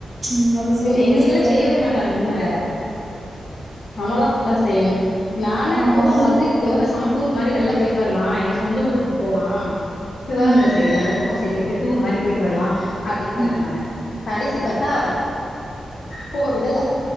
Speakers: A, on the right; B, on the left.
A: ம் அது செய்றே
B: எங்க
A: இது
B: வீட்லல்லா
A: செய்றேன்னு
B: செய்யவே மாட்டாங்க நீங்க வேற நாமதா ஃபுல்லா செய்யணு நானு
A: ஆமா
B: இப்பதா பக்ரீத்க்கு சம டூர் மாரி வெள்ல போயிட்டு வரலா எங்க சொந்த ஊருக்கு போலா சிவகங்க
A: ம்
B: சைடு அந்த பக் சரி அப்டி டூர் மாரி போய்ட்டு வர்லா அப்படின் பிளான்
A: ம்
B: பண்ணே கடைசி பாத்தா போக விடல